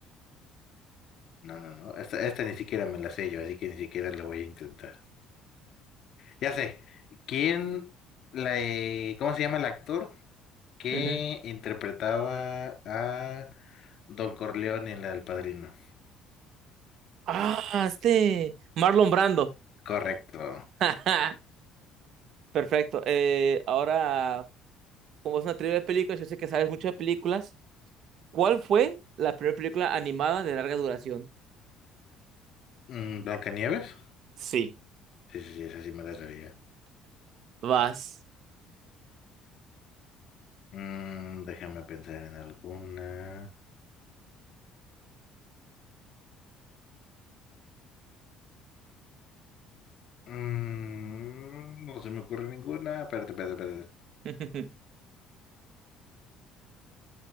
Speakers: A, on the left; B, on the right.
A: No, no, no. Esta, esta ni siquiera me la sé yo, así que ni siquiera la voy a intentar. Ya sé. ¿Quién la, eh, ¿cómo se llama el actor que
B: Ujú.
A: interpretaba a Don Corleone en la del Padrino?
B: Ah, este. Marlon Brando.
A: Correcto.
B: <laughs> Perfecto. Eh, ahora, como es una trivia de películas, yo sé que sabes mucho de películas. ¿Cuál fue la primera película animada de larga duración?
A: Mm, ¿Blancanieves?
B: Sí,
A: Sí, sí, sí, esa sí me la sabía.
B: vas.
A: Mm, déjame pensar en alguna. Mm, no se me ocurre ninguna. Espérate, espérate, espérate.
B: <laughs>